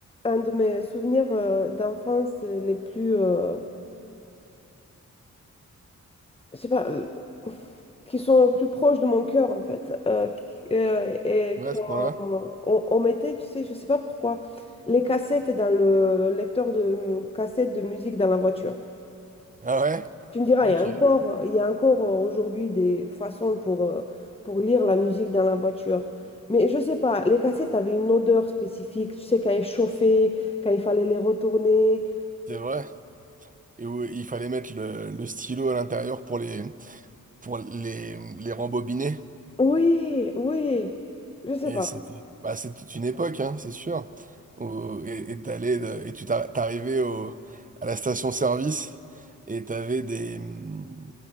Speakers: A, on the left; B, on the right.
A: un de mes souvenirs euh, d'enfance les plus, euh, je sais pas, euh, <laughs> qui sont les plus proches de mon cœur en fait. Euh, qui- euh, et
B: Ouais, à
A: quand
B: ce point-là.
A: on, on mettait, tu sais, je sais pas pourquoi, les cassettes dans le lecteur de cassettes de musique dans la voiture.
B: Ah ouais?
A: Tu me diras,
B: Ok,
A: il y a encore, il y a encore euh, aujourd'hui des façons pour, euh, pour lire la musique dans la voiture. Mais je sais pas, les cassettes avaient une odeur spécifique. Tu sais, quand elles chauffaient, quand il fallait les retourner.
B: c'est vrai. Et où il fallait mettre le, le stylo à l'intérieur pour les, pour les, les rembobiner.
A: Oui, oui. Je sais
B: Et
A: pas.
B: c'était bah, c'est toute une époque, hein, c'est sûr. Où- et, et t'allais de- et tu t'ar- t'arrivais au, à la station-service et t'avais des... hum,